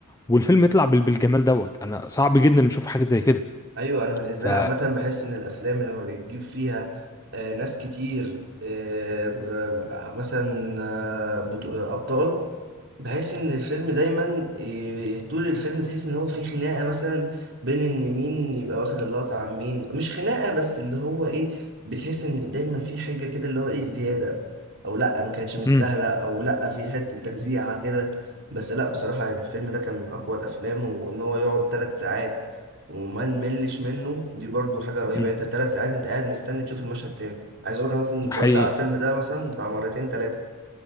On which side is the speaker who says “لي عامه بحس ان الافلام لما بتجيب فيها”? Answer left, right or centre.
Right